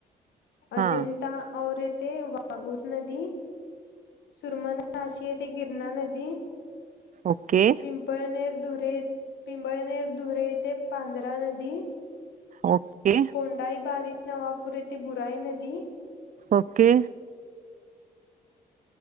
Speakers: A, on the left; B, on the right.
A: अजिंठा
B: हा
A: और येथे वा वागूर नदी. सुरमानाशी येतेे गिरणा नदी.
B: ओके.
A: पिंपळनेर - धुरे, पिंपळनेर - धुरे येथे पांजरा नदी.
B: ओके.
A: कोंडाईबारी- नवापूर येथे, बुराई नदी.
B: ओके.